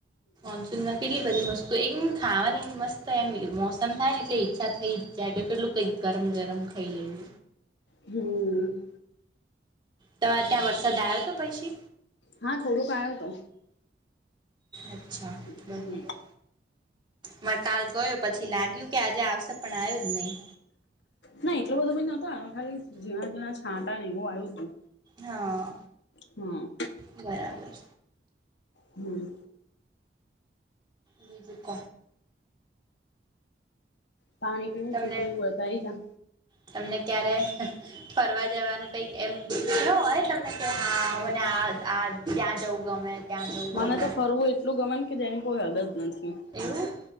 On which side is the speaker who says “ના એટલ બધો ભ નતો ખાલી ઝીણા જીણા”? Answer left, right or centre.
Left